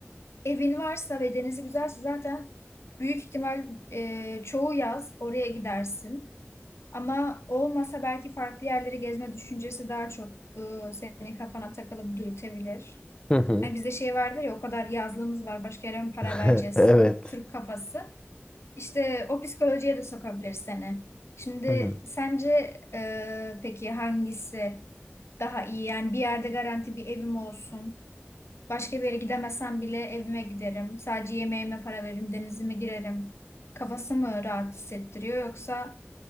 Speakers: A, on the left; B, on the left.
A: evin varsa ve denizi güzelse zaten büyük ihtimal e, çoğu yaz oraya gidersin. Ama olmasa belki farklı yerleri gezme düşüncesi daha çok e, senin kafana takılıp dürtebilir.
B: Hı hı.
A: Hani bizde şey vardır ya o kadar yazlığımız var başka yere mi para
B: <laughs>
A: vereceğiz?
B: Evet.
A: Türk kafası. İşte o psikolojiye de sokabilir seni. Şimdi
B: Hı hı.
A: sence e, peki hangisi daha iyi? Yani bir yerde garanti bir evim olsun. Başka bir yere gidemesem bile evime giderim. Sadece yemeğime para veririm, denizime girerim. Kafası mı rahat hissettiriyor yoksa